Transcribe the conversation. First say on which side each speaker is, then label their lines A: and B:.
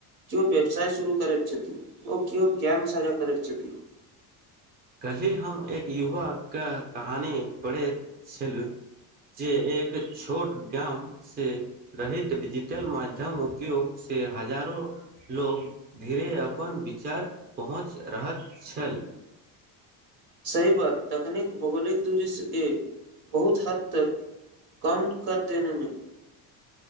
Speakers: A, on the right; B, on the right.
A: किओ व्यवसाय शुरू करैत छथिन ओ किओ ज्ञान साझा करैत छथि
B: कल्हि हम एक युवा क कहानी पढ़ैत छलहुँ जे एक छोट गाम से रहत डिजिटल माध्यम उपयोग से हजारो लोग धीरे अपन विचार पहुँच रहल छल <inaudible>
A: सही बात तकनीक भौगोलिक दूरीसिये बहुत हद तक कम कर देनेमे